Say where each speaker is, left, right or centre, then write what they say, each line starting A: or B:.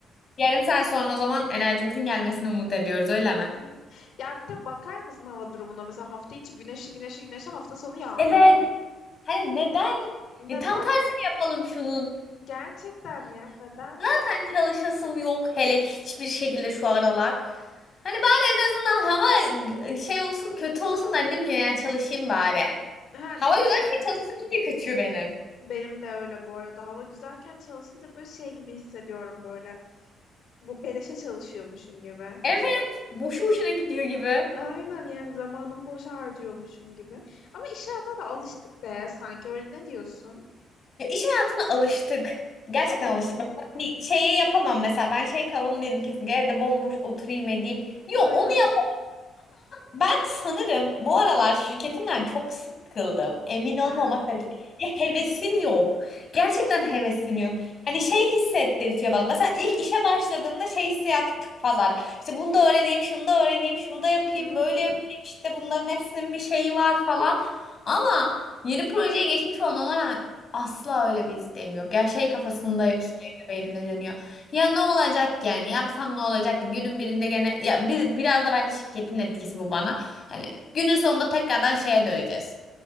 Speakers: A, on the left; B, on the left.
A: Yarım saat sonra o zaman enerjimizin gelmesini umut ediyoruz, öyle mi?
B: Hı. Ya bir de bakar mısın hava durumuna? Mesela hafta içi güneşli güneşli güneşli hafta sonu yağmurlu.
A: Evet. Hani neden?
B: Neden?
A: Ya tam tersini yapalım şunun.
B: Gerçekten ya neden?
A: Zaten çalışasım yok hele hiçbir şekilde şu aralar. Hani bari en azından hava şey olsun kötü olsun da annem ki yani çalışayım bari.
B: Ha
A: Hava
B: değil
A: güzelken
B: mi?
A: çalışasım iyice kaçıyor benim.
B: Benim de öyle bu arada. Hava güzelken çalışınca böyle şey gibi hissediyorum böyle. Bu beleşe çalışıyormuşum gibi.
A: Evet. Boşu boşuna gidiyor gibi.
B: Aynen yani zamanımı boşa harcıyormuşum gibi. Ama iş hayatına da alıştık be sanki öyle ne diyorsun?
A: Ya iş hayatına alıştık. Gerçekten
B: Evet.
A: alıştık. Ben Hani şeyi yapamam mesela. Ben şey kavramı değilim kesin, Evde bomboş oturayım edeyim.
B: Aynen.
A: Yok onu yap ben sanırım bu aralar şirketimden çok sıkıldım. Emin olmamakla
B: Ha.
A: birlikte. Ya hevesim yok. Gerçekten hevesim yok. Hani şey hissettirtiyor bana. Mesela ilk işe başladığımda şey hissiyatım çok fazlaydı. İşte bunu da öğreneyim, şunu da öğreneyim, şunu da yapayım,
B: Hı.
A: böyle yapayım. İşte bunların hepsinin bir şeyi var falan. Ama yeni projeye geçmiş olmama rağmen asla öyle bir isteğim yok. Yani şey kafasında
B: Hı.
A: sürekli beynimde dönüyor. Ya ne olacak ki yani? Yapsam ne olacak? ki? Günün birinde gene ya bir, biraz da bence şirketin etkisi bu bana. Hani günün sonunda tekrardan şeye döneceğiz.